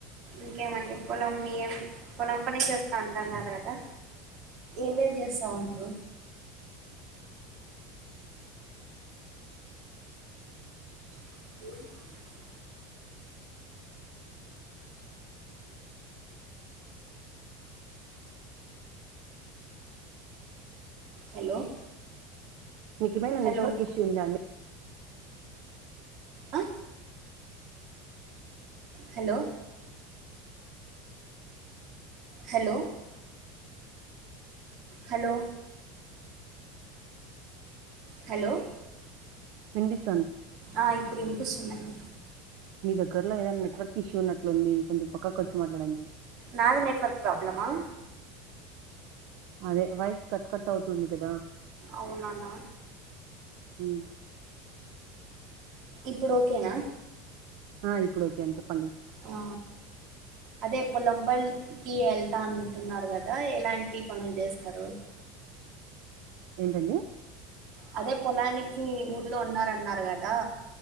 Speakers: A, on the right; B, on the right.
A: ఇంకేమండి పొలం నీయం పొలం పని చేస్తా అంటాన్నారు గదా ఏమేమి చేస్తావుంటారు అ హలో
B: మీకేమైనా
A: హలో
B: నెట్వర్క్ ఇష్యూ ఉందా అండి
A: ఆ హలో హలో హలో హలో
B: వినిపిస్
A: అ ఇప్పుడు ఇనిపిసున్నాయి
B: మీ దగ్గరలో ఏదైనా నెట్వర్క్ ఇష్యూ ఉన్నట్లుంది కొంచెం పక్కకొచ్చి మాట్లాడండి
A: నాది నెట్వర్క్ ప్రాబ్లమా
B: అదే వాయిసు కట్ కట్ అవుతుంది కదా
A: అవునానా
B: ఉమ్.
A: ఇప్పుడు ఓకేనా
B: ఆ ఇప్పుడు ఓకే అ <unintelligible> చెప్పండి.
A: ఆ అదే పొలం పల్ల్కి వెళ్తా అంటున్నారు గదా! ఎలాంటి పనులు చేస్తారు.
B: ఏంటండి
A: అదే పొలానికి ఊర్లో ఉన్నారన్నారు గదా!